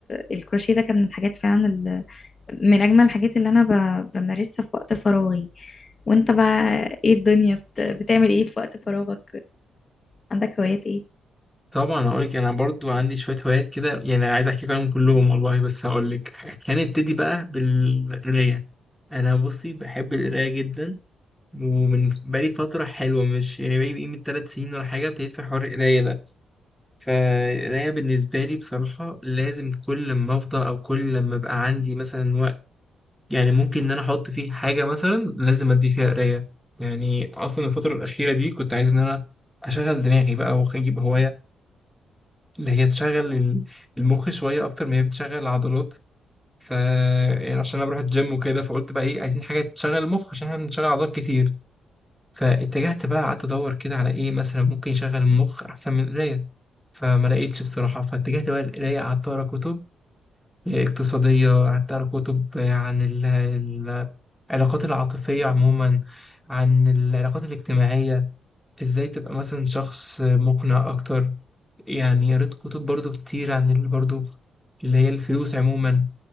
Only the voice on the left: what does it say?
الكروشيه ده كان من الحاجات فعلا من أجمل الحاجات اللي أنا ب- بمارسها في وقت فراغي وأنت بقى إيه الدنيا بت- بتعمل إيه في وقت فراغك عندك هوايات إيه؟